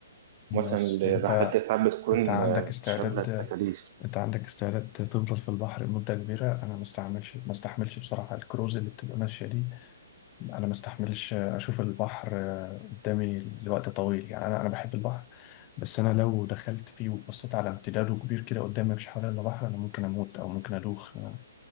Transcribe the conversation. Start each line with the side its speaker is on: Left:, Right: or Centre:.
Left: بس
Right: مثلا الرحلات
Left: انت
Right: دي ساعات بتكون
Left: انت عندك
Right: آه،
Left: استعداد
Right: شاملة التكاليف
Left: انت عندك استعداد تفضل في البحر لمده كبيره انا ما استعملش ما استحملش بصراحه الكروز اللي بتبقى ماشيه دي انا ما استحملش اشوف البحر قدامي لوقت طويل يعني انا انا بحب البحر بس انا لو دخلت فيه وبصيت على امتداده كبير كده قدامي مفيش حواليا الا بحر انا ممكن اموت او ممكن ادوخ أنا